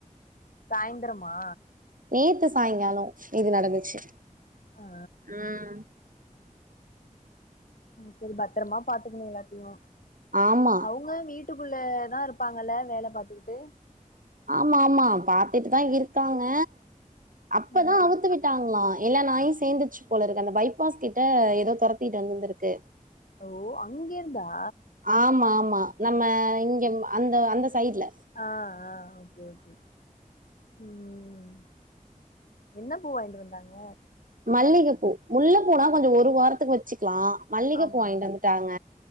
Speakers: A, on the left; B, on the right.
A: சாயந்திரமா
B: நேத்து சாயங்கால இது நடந்துச்சு
A: ஆ
B: ம்
A: சரி பத்திரமா பாத்துக்கணு எல்லாத்தையு
B: ஆமா
A: அவங்க வீட் வீட்டுக்குள்ளதா இருப்பாங்கல்ல வேல பாத்துக்கிட்டு
B: ஆமா ஆமா பாத்துட்டு தா இருக்காங்க அப்பதா
A: ம்
B: அவுத்து விட்டாங்களா எல்லா நாயு சேந்துச்சு போல இருக்கு அந்த பைபாஸ் கிட்ட எதோ துரத்திட்டு வந்திருந்திருக்கு
A: ஓ அங்கெர்ந்தா
B: ஆமா ஆமா நம்ம இங்க அந்த அந்த சைடுல
A: ஆ ஆ ஓகே ஓகே ம் என்ன பூ வாய்ன்ட்டு வந்தாங்க
B: மல்லிகப்பூ முல்ல பூனா கொஞ்சோ ஒரு வாரத்துக்கு வச்சுக்கலா மல்லிக
A: ஆமா
B: பூ வாங்கிட்டு வந்துட்டாங்க